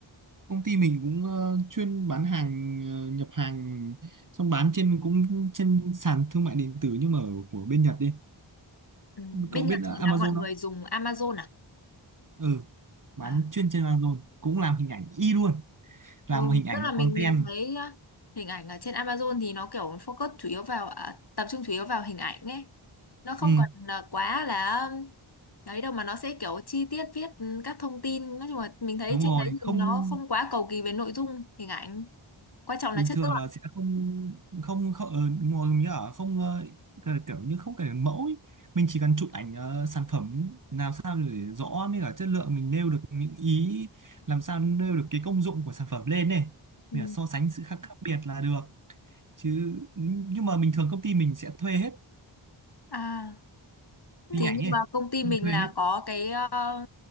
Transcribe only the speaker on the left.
Ừ. Bên
Nhật
thì
là mọi người
dùng Amazon à?
À,
ừ,
tức là mình
mình thấy á, hình ảnh ở trên Amazon thì nó kiểu focus chủ yếu vào à, tập trung chủ yếu vào hình ảnh ấy. Nó không
còn là quá là đấy đâu mà nó sẽ kiểu chi tiết viết ừ, các thông tin. Nói chung là mình thấy
trên
đấy thì
nó không quá cầu kỳ về nội dung, hình ảnh. Quan trọng
là chất
lượng.
Ừ.
À,
thì
nhưng
mà công ty mình
là
có cái ờ,